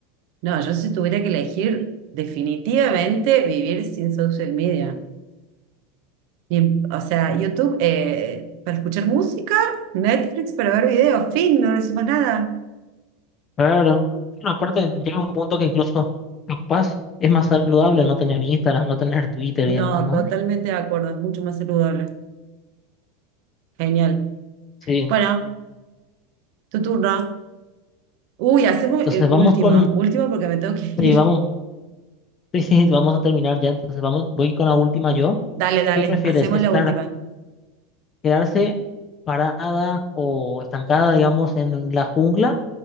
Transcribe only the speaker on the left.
Claro. Bueno, aparte llega un punto que incluso capaz es más saludable no tener Instagram, no tener Twitter
y demás, ¿no?
Sí.
Entonces
vamos
con,
sí,
vamos, <laughs> sí, sí, vamos a terminar ya. Entonces vamos, voy con la última yo.
¿Qué prefieres?
¿Estar,
quedarse parada o estancada, digamos, en la jungla